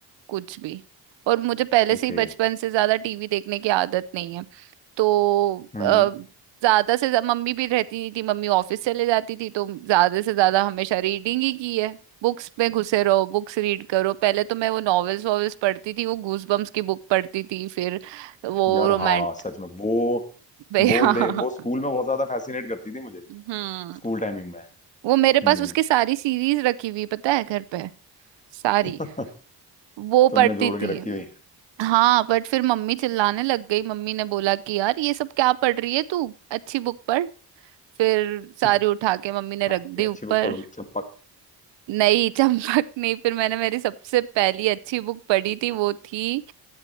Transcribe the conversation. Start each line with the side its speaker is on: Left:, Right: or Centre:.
Right: कुछ भी और मुझे पहले से
Left: ओके
Right: ही बचपन से ज्यादा टीवी देखने की आदत नहीं है तो
Left: हम्म
Right: अ, ज्यादा से ज्यादा मम्मी भी रहती नहीं थी मम्मी ऑफिस चले जाती थी तो ज्यादा से ज्यादा हमेशा रीडिंग ही की है बुक्स में घुसे रहो बुक्स रीड करो पहले तो मैं वो नॉवेल्स वॉवेल्स पढ़ती थी वो गूजबम्स की बुक पढ़ती थी फिर वो
Left: यार
Right: रोमांट
Left: हाँ सच में वो
Right: <laughs>
Left: वो
Right: हाँ
Left: दे वो स्कूल में बहुत ज्यादा फैसिनेट करती थी मुझे
Right: हम्म
Left: स्कूल टाइमिंग में
Right: वो मेरे
Left: हम्म
Right: पास उसकी सारी सीरीज रखी हुई पता है घर पे सारी
Left: <laughs>
Right: वो
Left: तुमने
Right: पढ़ती
Left: जोड़ के
Right: थी
Left: रखी हुई
Right: हाँ बट फिर मम्मी चिल्लाने लग गई मम्मी ने बोला कि यार ये सब क्या पढ़ रही है तू अच्छी बुक पढ़ फिर सारी
Left: है
Right: उठा के मम्मी ने
Left: हाँ,
Right: रख दी
Left: <laughs> मैं अच्छी
Right: ऊपर
Left: बुक पढ़ूंगी चंपक
Right: नहीं <laughs> चंपक नहीं फिर मैंने मेरी सबसे पहली अच्छी बुक पढ़ी थी वो थी